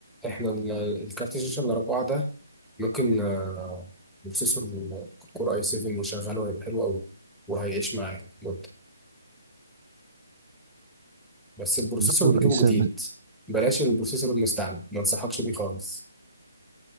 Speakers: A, in the centre; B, on the right.
A: احنا ال- الكارت الشاشة الأربعة ده ممكن آه، بروسيسور كور اي 7 يشغله هيبقى حلو أوي وهيعيش معاك مدة بس البروسيسور
B: الكور
A: اللي نجيبه
B: اي سام
A: جديد بلاش البروسيسور المستعمل ما انصحكش بيه خالص